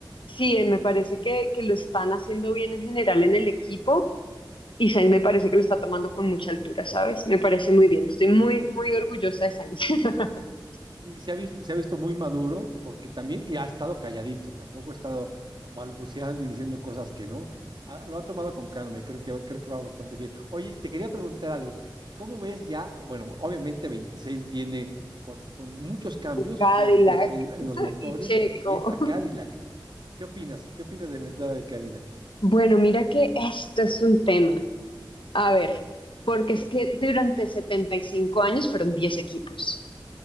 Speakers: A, on the left (about 85°); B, on the right (about 60°).
A: Sí, eh, me parece que, que lo están haciendo bien en general en el equipo y Sainz me parece que lo está tomando con mucha altura, ¿sabes? Me parece muy bien. Estoy
B: Sí,
A: muy, muy orgullosa de Sainz. <laughs>
B: y se ha visto, se ha visto muy maduro porque también y ha estado calladito, tampoco ha estado balbuceando y diciendo cosas que no. Ah, lo ha tomado con calma y creo que, creo que va bastante bien. Oye, y te quería preguntar algo. ¿Cómo ves ya? Bueno, obviamente 26 viene con, con muchos cambios,
A: Cadillac
B: obviamente en, en- en los motores,
A: y Checo.
B: y entra Cadillac. ¿Qué opinas? ¿Qué opinas de la entrada de Cadillac?
A: Bueno, mira que esto es un tema. A ver, porque es que durante 75 años fueron 10 equipos.